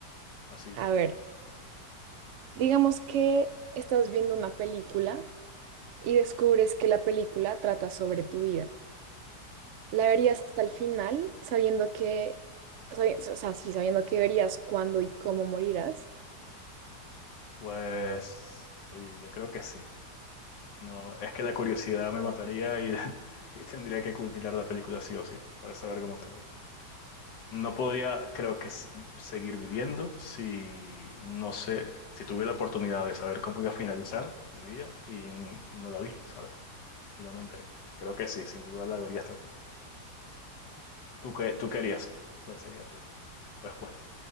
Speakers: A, on the left; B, on the right.
A: Así hipotética.
B: A ver, digamos que estás viendo una película y descubres que la película trata sobre tu vida.
A: Vale.
B: ¿La verías hasta el final sabiendo que, sabi- o sea, sí, sabiendo que verías cuándo y cómo morirás?
A: Pues, oye, yo creo que sí. No, es que la curiosidad me mataría y, <laughs> y tendría que culminar la película sí o sí, para saber cómo termina. No podría, creo que, s- seguir viviendo si, no sé, si tuve la oportunidad de saber cómo iba a finalizar mi vida y, y no la vi, ¿sabes? Y no me enteré. Creo que sí, sin duda la vería hasta el final. ¿Tú qué, tú querías? ¿Cuál sería tu respuesta?